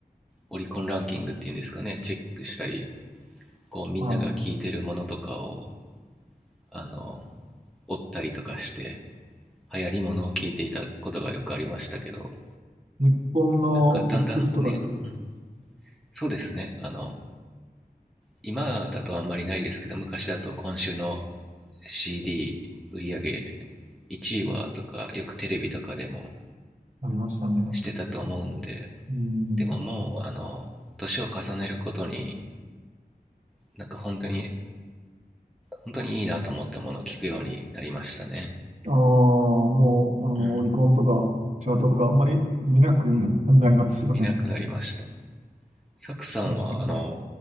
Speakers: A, in the centre; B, on the right.
A: オリコンランキングっていうんですかねチェックしたりこうみんなが聴いてるものとかを
B: は
A: あの追ったりとかして流行りものを聴いていたことがよくありましたけど
B: い。日本のポップスとかですか
A: なんかだんだんねんそうですねあの今だとあんまりないですけど昔だと今週の CD 売り上げ1位はとかよくテレビとかでも
B: ありましたね。
A: してたと思うんで、
B: うん。
A: でももう、あの、年を重ねるごとに、なんか本当に、本当にいいなと思ったものを聞くようになりましたね。
B: ああ、もう、あの、
A: うん。
B: オリコンとか、チャートとか、あんまり見なくなりますよね。
A: 見なくなりました。サクさんは、
B: 確かに。
A: あの、